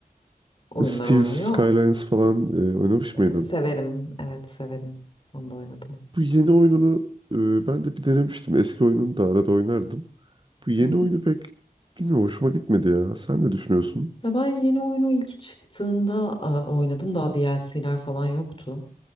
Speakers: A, on the left; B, on the right.
A: oyunlar
B: Steel
A: oynuyor.
B: Skylines falan e, oynamış
A: E,
B: mıydın?
A: Severim, evet severim. Onu da oynadım.
B: Bu yeni oyununu e, ben de bir denemiştim. Eski oyununu da arada oynardım. Bu yeni
A: Hı hı.
B: oyunu pek bilmiyorum hoşuma gitmedi ya. Sen ne düşünüyorsun?
A: Ya ben yeni oyunu ilk çıktığında e, oynadım. Daha DLC'ler falan yoktu.